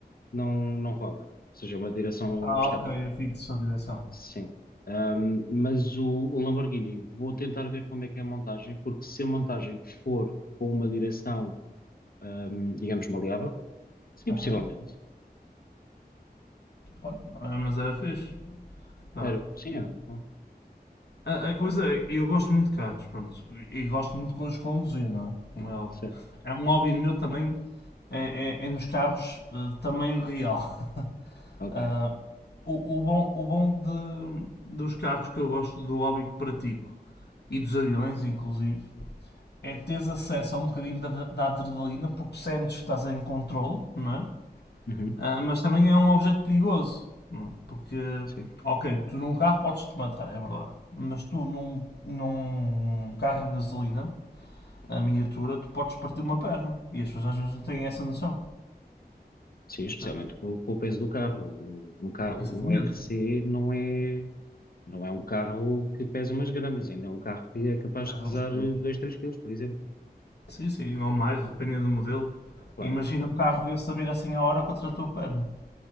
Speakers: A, on the left (about 60°); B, on the left (about 80°).
A: não, não roda. Ou seja, é uma direção
B: Ah,
A: estática.
B: ok, é fixo a direção.
A: Sim. Ahm, mas o, o Lamborghini, vou tentar ver como é que é a montagem, porque se a montagem for com uma direção, ahm, digamos, maleável, sim,
B: Aham.
A: possivelmente.
B: Olha, ah, mas era fixe. Pá,
A: Era, sim,
B: e
A: era muito bom.
B: A, a coisa é, eu gosto muito de carros, pronto, e gosto muito de os conduzir, não é? Como é óbvio.
A: Certo.
B: É um hobby meu também é, é- é nos carros eh, tamanho real.
A: Ok.
B: Ah, o, o bom, o bom de- dos carros que eu gosto, do hobby que pratico, e dos aviões, inclusive, é teres acesso a um bocadinho da, da adrenalina, porque sentes que estás em controlo, não é?
A: Uhum.
B: Ah, mas também é um objeto perigoso, não é? Porque,
A: Sim.
B: ok, tu num carro podes-te matar, é verdade, mas tu num, num carro de gasolina, a miniatura, tu podes partir uma perna, e as pessoas às vezes não têm essa noção,
A: Sim, especialmente
B: percebes?
A: com, com o peso do carro. O- Um carro,
B: Exatamente.
A: um R C não é Não é um carro que pesa umas gramas, ainda é um carro que é capaz
B: Pesa
A: de pesar
B: uns quilos.
A: eh, 2, 3 quilos, por exemplo.
B: Sim, sim, ou mais, dependendo do modelo.
A: Claro,
B: Imagina
A: exato.
B: um carro desse a vir a 100 a hora contra o teu pano.